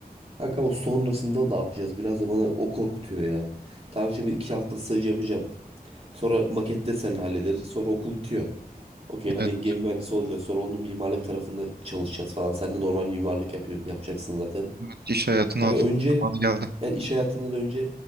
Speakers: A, on the right; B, on the right.
A: Kanka ama sonrasında ne yapacağız? Biraz da bana o korkutuyor ya. Tamam şimdi iki hafta staj yapacağım. Sonra makette seninle hallederiz. Sonra okul bitiyor. Okey hani
B: Evet,
A: gemi mühendisi olacağız. Sonra onun mimarlık tarafında çalışacağız falan. Sen de normal mimarlık yapıyor, yapacaksın zaten.
B: evet, iş hayatına
A: Kanka
B: atılma
A: önce
B: zamanı geldi.
A: yani iş hayatından önce